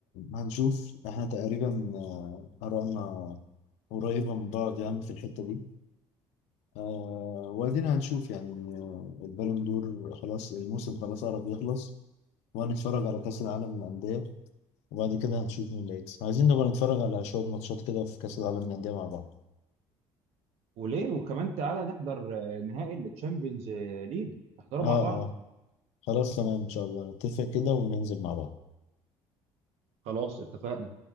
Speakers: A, on the left (about 90°); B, on the right (about 75°).
A: هنشوف إحنا تقريبا آه، آرائنا قريبة من بعض يعني في الحتة دي آه وأدينا هنشوف يعني آه، البالون دور خلاص الموسم خلاص قرب يخلص وهنتفرج على كأس العالم للأندية وبعد كده هنشوف مين اللي هيكسب عايزين نبقى نتفرج على شوية ماتشات كده في كأس العالم للأندية مع بعض
B: وليه وكمان تعالى نحضر آه، نهائي الشامبيونز ليج نحضره
A: اه
B: مع بعض
A: اه خلاص تمام ان شاء الله نتفق كده وننزل مع بعض
B: خلاص اتفقنا